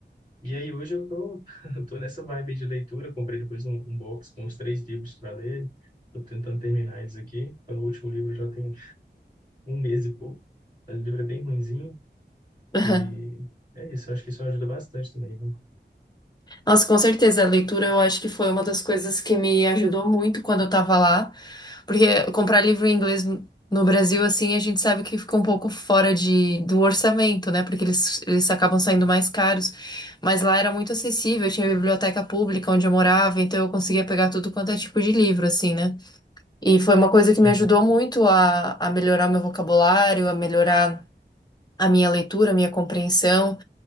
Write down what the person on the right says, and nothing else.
E aí, hoje eu tô, <laughs> eu tô nessa vibe de leitura, eu comprei depois um, um box com os três livros para ler, tô tentando terminar eles aqui, o último livro já tenho um mês e pouco. O livro é bem ruinzinho
e é isso. Acho que isso ajuda bastante também, viu?
Uhum,